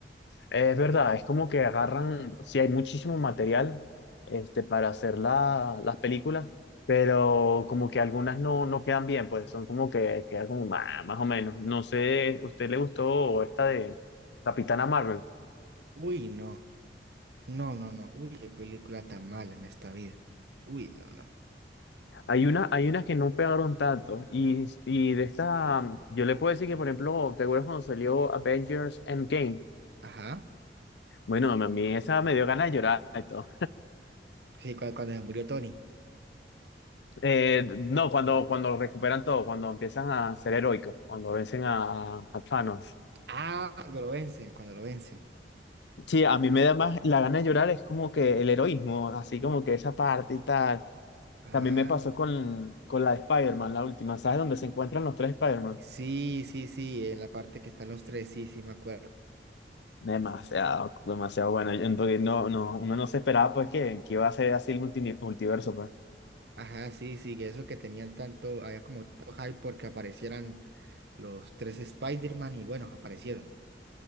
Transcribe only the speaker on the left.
Es verdad, es como que agarran, sí hay muchísimo material este, para hacer la- las películas, pero como que algunas no, no quedan bien, pues son como que quedan como "Ah, más o menos. No sé, ¿usted le gustó esta de Capitana Marvel?
Hay una, hay unas que no pegaron tanto y, y de esta, mm, yo le puedo decir que, por ejemplo, ¿te acuerdas cuando salió Avengers Endgame?
Bueno, a mí esa me dio ganas de llorar. y todo.
Eh, no, cuando, cuando recuperan todo, cuando empiezan a ser heroicos, cuando vencen a, a Thanos.
Sí, a mí me da más la gana de llorar, es como que el heroísmo, así como que esa parte y tal.
También me pasó con, con la de Spider-Man, la última, ¿sabes? Donde se encuentran los tres Spider-Man.
Demasiado, demasiado bueno. Entonces, no, no, uno no se esperaba pues que, que iba a ser así el multini- multiverso, pues.